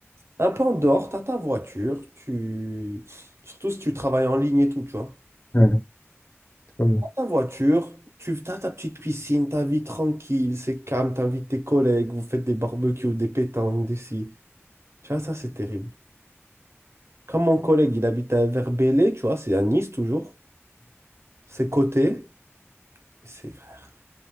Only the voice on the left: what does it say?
Ouais, c'est pas